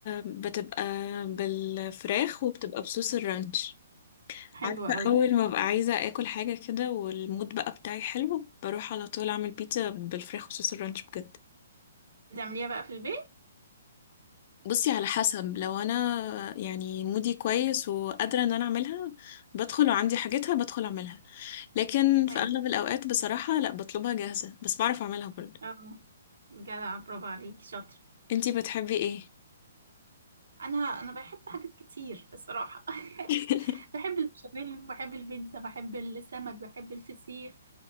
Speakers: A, on the left (about 40°); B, on the right (about 85°).
A: بتبقى بالفراخ وبتبقى بصوص الرانش
B: حلو
A: عارفة
B: قوي
A: اول ما ببقى عايزة اكل حاجة كده والمود بقى بتاعي حلو بروح على طول اعمل بيتزا بالفراخ وصوص الرانش بجد
B: بتعمليها بقى في البيت
A: بصي على حسب لو انا يعني مودي كويس وقادرة ان انا اعملها بدخل وعندي حاجتها بدخل اعملها لكن في
B: حلو
A: اغلب الاوقات بصراحة لا بطلبها جاهزة بس بعرف اعملها برضه
B: اه جدع برافو عليكي شاطر
A: انتي بتحبي ايه
B: انا انا بحب حاجات كتير الصراحه
A: <laughs>
B: <laughs> بحب البشاميل بحب البيتزا بحب السمك بحب الفسيخ